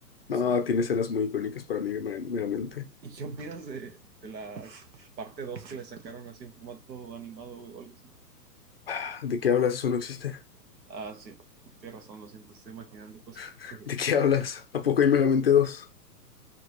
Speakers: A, on the right; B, on the left.
A: O
B: No,
A: sea,
B: tiene escenas muy icónicas para mí, Me- Megamente.
A: ¿y qué opinas de, de la parte 2 que le sacaron así en formato animado, güey, o algo así?
B: Ah, ¿De qué hablas? Eso no existe.
A: Ah, sí, tienes razón, lo siento, estoy imaginando cosas.
B: <laughs>
A: Eh,
B: ¿De qué hablas? ¿A poco hay Megamente dos